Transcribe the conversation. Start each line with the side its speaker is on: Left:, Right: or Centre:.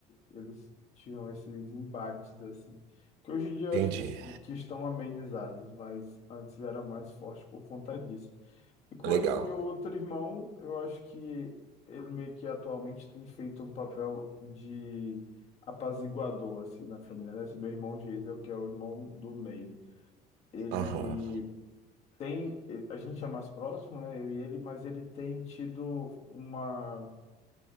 Left: eles tinham esses embates, assim. Que hoje em dia eu
Right: Entendi.
Left: acho que, s- que estão amenizados, mas antes era mais forte por conta disso. E com
Right: Legal.
Left: esse meu outro irmão, eu acho que ele meio que atualmente tem feito um papel de apaziguador, assim, na família, né? Esse meu irmão Geisel, que é o irmão do meio. Ele
Right: Aham.
Left: tem... ele- A gente é mais próximo, né? Eu e ele, mas ele tem tido uma